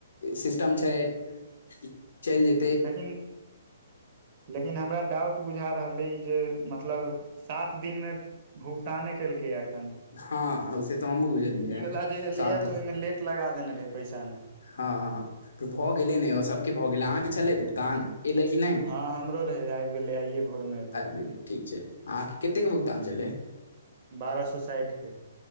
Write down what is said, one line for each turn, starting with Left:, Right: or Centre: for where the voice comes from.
Left: सिस्टम छै <inaudible> चैल जे
Right: लेकिन <inaudible> लेकिन हमरा डाउट बुझा रहल अइ जे मतलब सात दिन में भूगतैने केलकै ए एखन
Left: हँ से
Right: <inaudible>
Left: तऽ हमहूँ बुझलियै
Right: ई वाला जे एले
Left: सात
Right: य
Left: दिन
Right: तऽ ओइमे लेट लगा देने रहे पैसा ने
Left: हँ हँ तऽ भऽ गेले न ओ सब केँ भऽ गेलै अहाँ कऽ छलै भुगतान एलै कि नै
Right: हँ हमरो रहे आइब गेलै आइए भोरमे एलै
Left: आइब गेलै ठीक छै अहाँकेँ कतेक भुगतान छलै
Right: बारह सौ साइठ केँ